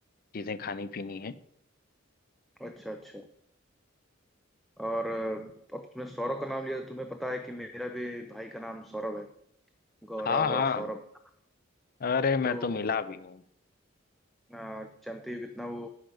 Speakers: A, on the left; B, in the centre.
A: चीजें खानी पीनी है
B: अच्छा अच्छा और अ, अब तुमने सौरभ का नाम लिया तो तुम्हें पता है कि मेरा भी भाई का नाम सौरभ है गौरव
A: हाँ हाँ
B: और सौरभ
A: अरे
B: तो
A: मैं तो मिला भी हूँ
B: अ, जानते ही हो कितना वो